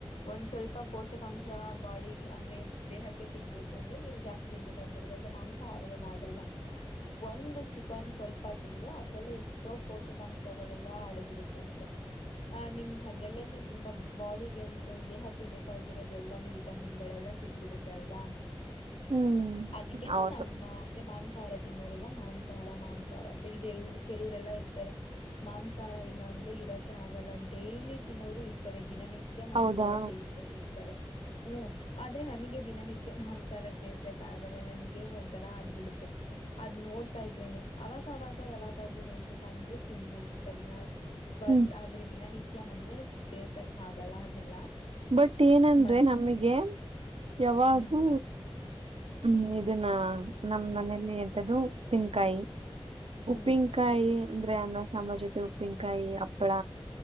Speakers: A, on the left; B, on the right.
A: ಒಂದ್ ಸ್ವಲ್ಪ ಪೋಷಕಾಂಶ ಬಾಡಿ ಅಂದ್ರೆ ದೇಹಕ್ಕೆ ಸಿಗ್ಬೇಕು ಅಂದ್ರೆ ನೀವು ಜಾಸ್ತಿ ತಿನ್ಬೇಕಾಗಿರುತ್ತೆ ಅ್ರೆ ಮಾಂಸಾಹಾರದಲ್ಲಿ ಆಗಲ್ಲ ಒಂದು ಚಿಕನ್ ಸ್ವಲ್ಪ ತಿಿಂದೆ ಅದರಲ್ಲಿ ಎಷ್ಟು ಸೋ ಪೋಷಕಾಂಶಗಳೆಲ್ಲಾ ಅಡಗಿರುತ್ತಂತೆ ಆಹ ನಿಮ್ಗೆ ಅದ್ರಲ್ಲೇನೆ ತುಂಬಾ ಬಾಡಿಗೆ ಅಂದ್ರೆ ದೇಹಕ್ಕೆ ಬೇಕಾಗಿರೋದು ಎಲ್ಲಾನು ವಿಟಮಿನ್ ಗಳೆಲ್ಲ ಸಿಗ್ಬಿಡುತ್ತೆ ಅಲ್ವಾ
B: ಹ್ಮ್
A: ಅದಕ್ಕೇನೆ
B: ಹೌದು
A: ನಮ್ಮ ಅಂದ್ರೆ ಮಾಂಸ ಹಾರ ತಿನ್ನೋರೆಲ್ಲ ಮಾಂಸಾಹಾರ ಮಾಂಸಾಹಾರ ಅಂತ ಇದು ಏನು ಕೆಲವು ಲ್ಲ ಇರ್ತಾರೆ ಮಾಂಸಹಾರ ಇಲ್ಲ ಅಂದೆ ಇರಕೆ ಆಗಲ್ಲ ಡೇಲಿ ತಿನ್ನೋರು ಇರ್ತಾರೆ ದಿನನಿತ್ಯ ಸತ್ಯ ಮಾಂಸಾರ
B: ಹೌದಾ
A: ಸೇವಿಸುವರಿರ್ ತೆರೆ ಹ್ಮ ಆದ್ರೆ ನಮಗೆ ದಿನನಿತ್ಯ ಮಾಂಸಾರ ಜೇವ್ಸಕ್ ಆಗಲ್ಲ ನಮ್ಗೆ ಒಂಥರ ಆಗ್ಬಿಡುತ್ತೆ ಅದ್ ನೋಡ್ತಾ ಇದ್ರೇನೆ ಅವಾಗ ಅವಾಗ ಯಾವಾಗಾದೂರು ಒಂದ ತಂದ್ರೆ ತಿನ್ಬೋದು ಸರಿನಾ ಬಟ್
B: ಹ್ಮ್
A: ಆದ್ರೆ ದಿನನಿತ್ಯ ಅಂದ್ರೆ ಸೇರ್ಸಕ್ ಹಾಗಲ್ಲ ಹಾಗೆಲ್ಲ
B: ಬಟ್ ಏನಂದ್ರೆ
A: ಬಟ್
B: ನಮಗೆ ಯಾವಾಗೂ
A: ಹ್ಮ್
B: ಹ್ಮ್ ಇದನ್ನ ನಮ್ ಮನೆಯಲ್ಲಿ ಎಂತದ್ದು ಪಿನ್ಕಾಯಿ
A: ಹ್ಮ್
B: ಉಪ್ಪಿಿನಕಾಯಿ ಅಂದ್ರೆ ಅನ್ನ ಸಾಂಬಾರ್ ಜೊತೆ ಉಪ್ಪಿನಕಾಯಿ ಹಪ್ಪಳ